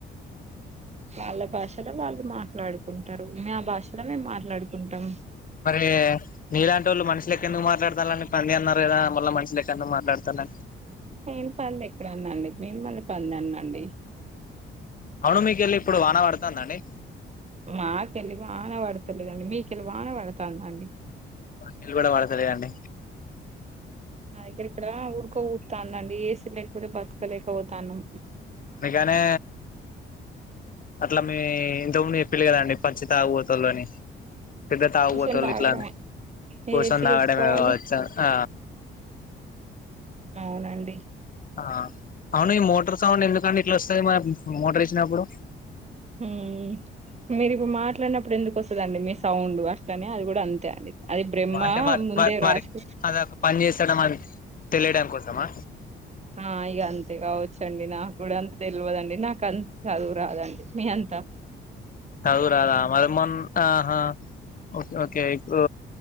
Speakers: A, on the right (about 35°); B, on the left (about 45°).
A: వాళ్ళ భాషలో వాళ్ళు మాట్లాడుకుంటరు. మా భాషలో మేము మాట్లాడుకుంటం.
B: మరి నీలాంటోళ్ళు మనుషిలెక్క ఎందుకు మాట్లాడతాంలు అండి పంది అన్నారు కదా మళ్ళీ మనుషి లెక్క ఎందుకు మాట్లాడతాంలు అండి.
A: నేను పంది ఎక్కడా అన్నా అండి, మిమ్మల్ని పంది అన్నా అండి.
B: అవును మీకెళ్ళి ఇప్పుడు వాన పడతాందా అండి.
A: మాకెళ్ళి వానా పడతలేదండి. మీకెళ్ళి వానా పడుతాందా అండి.
B: మాకెల్లి కూడా పడతలేదండి.
A: నా దగ్గర ఇక్కడ ఉడకపోతాందండి. ఏసీ లేకపోతే బతకలేకపోతాన్నాం.
B: అందుకనే అట్లా మీ ఇంతకు ముందు చెప్పిల్లు కదా అండి పచ్చితాగుబోతోల్లని పెద్ద తాగుబోతోళ్ళు
A: కూసోని తాగడమే
B: ఇట్లా అని కూసోని
A: ఏసీ
B: తాగడమే
A: వేసుకోవాలి
B: కావచ్చా ఆ
A: అవునండి.
B: ఆ అవును ఈ మోటార్ సౌండ్ ఎందుకండి ఇట్లా వస్తది మనం మోటర్ ఏసినప్పుడు.
A: హ్ మీరిప్పు మాట్లాడినప్పుడు ఎందుకు వస్తదండి మీ సౌండ్ అట్లనే అది కూడా అంతే అండి. అది బ్రహ్మ
B: ఓ అంటే వ
A: ముందే
B: వ వర్క్
A: రాసి
B: అది ఒక పని చేస్తాన్నాం అని. తెలియడం కోసమా.
A: ఆ ఇగ అంతే కావచ్చండి. నాకు కూడా అంత తెలియదండి. నాకు అంత చదువు రాదండి మీ అంతా.
B: చదువురాదా మరి మోన్ ఆహా ఓకే ఓకే ఇప్పు